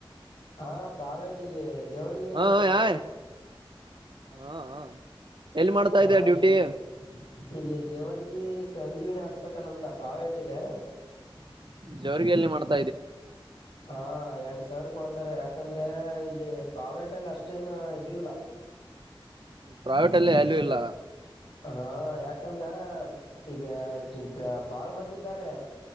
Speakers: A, on the left (about 80°); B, on the right (about 60°).
A: ಹಾ ಪ್ರಾವೇಟ್ ಇಲ್ಲಿ ಜೇವರ್ಗಲ್ಲಿ
B: ಹಾ
A: ಮಾಡತಿದ್ದೆ
B: ಯಾಯ್ ಹಾ ಹಾ ಎಲ್ಲಿ ಮಾಡ್ತಾ
A: ಹಾ
B: ಇದೀಯ ಡ್ಯೂಟಿ
A: ಜಿ ಇಲ್ಲಿ ಜೇವರ್ಗಿ ಸಂಜೀವಿನಿ ಹಾಸ್ಪಿಟಲ್ ಅಂತ ಪ್ರಾವೇಟ್ ಇದೆ <unintelligible>
B: ಜವರಿಗೆ ಎಲ್ಲಿ ಮಾಡ್ತಾರೆ
A: ಹಾ ಎಂಟ ಸಾವಿರ ಕೊಡ್ತಾರೆ ಯಾಕಂದ್ರೆ ಇಲ್ಲಿ ಪ್ರಾವೇಟ್ ಅಷ್ಟೇನು ಇದ ಇಲ್ಲ
B: ಪ್ರೈವೇಟ್ ಅಲ್ಲಿ ಅಲ್ಯೂ ಇಲ್ಲ
A: ಹಾ ಯಾಕಂದ್ರ ಈಗ ಬಾಳ ಮಂದ ಇದ್ದಾರೆ